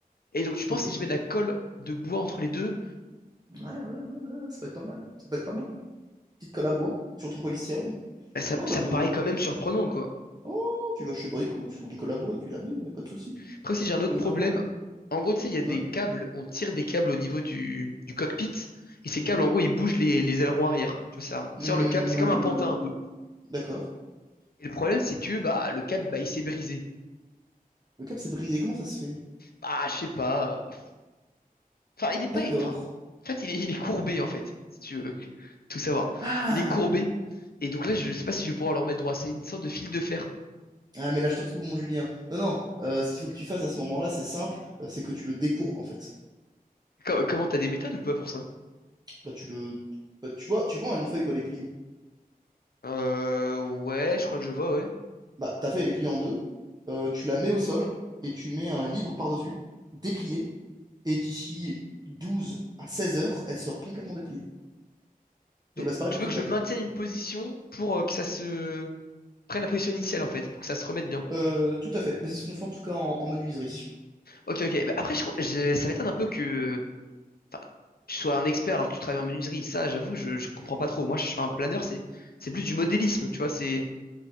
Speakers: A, on the left; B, on the right.
A: Et donc, tu penses,
B: ok.
A: si
B: Ouais,
A: je mets de la colle de bois entre les deux,
B: ouais, ouais, ouais, ouais, ça peut être pas mal. Ça peut être pas mal. Petite colle à bois sur ton polystyrène.
A: bah, ça,
B: Non,
A: ça
B: ça peut.
A: me paraît quand même surprenant, quoi.
B: Oh, non, tu vas chez Brico, tu trouves Nicolas Bois, tu la mets, y a pas de souci.
A: Après, si j'ai un autre
B: Y a
A: problème,
B: aucun problème.
A: en gros, tu sais, il y a
B: Ouais,
A: des câbles, on tire des câbles au niveau du, du cockpit, et ces
B: ok.
A: câbles, en gros, ils bougent les, les ailerons arrière. Tu vois, ça, on
B: Hmm,
A: tire le câble, c'est
B: ouais,
A: comme un
B: ouais,
A: pantin un peu.
B: ouais. d'accord.
A: Et le problème, c'est que bah, le câble, bah, il s'est brisé.
B: Le cap s'est brisé, comment ça se fait?
A: Bah, je sais pas. euh, Enfin, il est pas.
B: D'accord.
A: Enfin, en fait, il est, il est courbé, en fait, si tu veux tout savoir.
B: Ah!
A: Il est courbé. Et donc là, je sais pas si je vais pouvoir le remettre droit. C'est une sorte de fil de fer.
B: Ah, mais là, je te retrouve, mon Julien. Non, non, euh, ce qu'il faut que tu fasses à ce moment-là, c'est simple, euh, c'est que tu le décourbes, en fait.
A: Co- comment t'as des méthodes ou pas pour ça?
B: Là tu le... bah, tu vois, tu vois une feuille quand elle est pliée.
A: Euh, ouais, je crois que je vois, ouais.
B: Bah, ta feuille, elle est pliée en deux, euh, tu la mets au sol, et tu mets un livre par-dessus, déplié, et d'ici 12 à 16 heures, elle sera complètement dépliée.
A: Donc,
B: Et bah, c'est pareil
A: tu
B: pour
A: veux
B: ton
A: que
B: câble.
A: je maintienne une position pour euh, que ça se prenne la position initiale, en fait, pour que ça se remette bien.
B: Euh, tout à fait. Mais c'est ce qu'on fait en tout cas en, en menuiserie.
A: Ok, ok. Bah, après, je, crois- je- ça m'étonne un peu que enfin, tu sois un expert alors que tu travailles en menuiserie. Ça, j'avoue, je, je comprends pas trop. Moi, je fais un planeur, c'est c'est plus du modélisme, tu vois. C'est